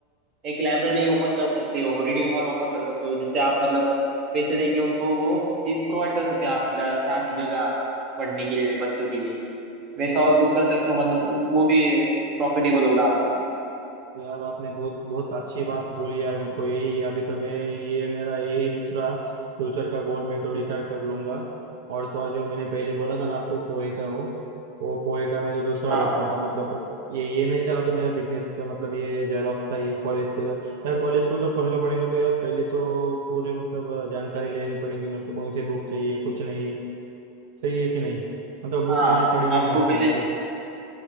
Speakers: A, on the right; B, on the right.
A: एक लाइब्रेरी ओपन कर सकते हो रीडिंग हॉल ओपन कर सकते हो जिससे आप मतलब पैसे देके उनको वो चीज प्रोवाइड कर सकते हैं आप जा- शांत सी जगह पढ़ने के लिए बच्चों के लिए वैसा और कुछ कर सकते हो मतलब उन- वो भी प्रॉफिटेबल होगा आपका
B: तो यार आपने बहुत बहुत अच्छी बात बोली यार मेरे को यही अभी तो मैं ये मेरा यही दूसरा फ्यूचर का गोल मैं तो डिसाइड कर लूंगा और तो और जो मैंने पहले बोला था ना आपको पोए का हो वो पोए का मैं तो दूसरा
A: हाँ
B: रख
A: हाँ
B: दूंगा मतलब ये ये नहीं चला तो मेरा बिजनेस का मतलब ये जेरॉक्स का ये कॉलेज को उधर यार कॉलेज को उधर खोलना पड़ेगा तो यार पहले तो पूरी मतलब जानकारी लेनी पड़ेगी मेरे को कौन सी बुक चाहिए कुछ नहीं सही है कि नहीं मतलब
A: हाँ
B: बुक लाने पड़ेंगे
A: आपको
B: ना मेरे
A: पहले
B: को मतलब